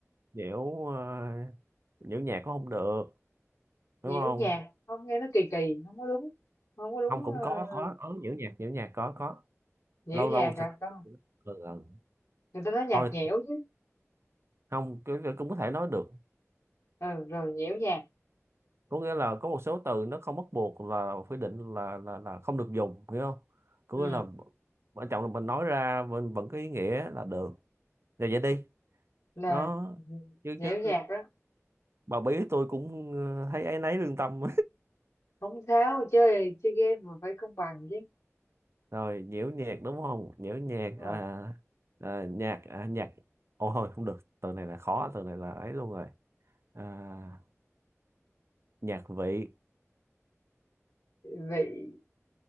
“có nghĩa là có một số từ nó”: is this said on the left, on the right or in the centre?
Right